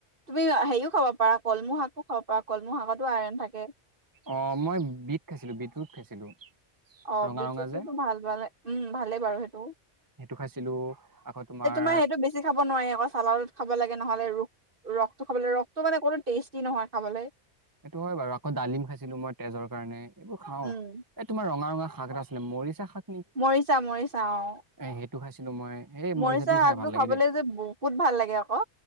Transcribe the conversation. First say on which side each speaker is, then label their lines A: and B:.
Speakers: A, on the right; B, on the right.
A: তুমি হেৰিও খাব পাৰা। কলমৌ শাকো খাব পাৰা। কলমৌ শাকতো আইৰণ থাকে।
B: অ', মই বিট খাইছিলো। বিটৰুট খাইছিলো।
A: অ'
B: ৰঙা
A: বিটৰুটোটো
B: ৰঙা যে
A: ভাল, ভালে উম ভালেই বাৰু সেইটো।
B: সেইটো খাইছিলো। আকৌ তোমাৰ,
A: হয় সেইটো বেছি খাব নোৱাৰি। আকৌ চালাদত খাব লাগে নহ'লে ৰস, ৰসটো খাব লাগে। ৰসটো মানে অকনো টেষ্টি নহয়। খাবলৈ
B: সেইটো হয় বাৰু। আকৌ ডালিম খাইছিলো মই তেজৰ কাৰণে, এইবোৰ খাওঁ।
A: উম
B: এই তোমাৰ ৰঙা-ৰঙা শাক এটা আছিলে। মৰিছা শাক।
A: মৰিছা, মৰিছা, অ',।
B: এই সেইটো খাইছিলোঁ মই। এই মৰিছাটোও
A: মৰিচা
B: খাই
A: শাকটো
B: ভাল লাগে
A: খাবলৈ
B: দেই।
A: যে বহুত ভাল লাগে আকৌ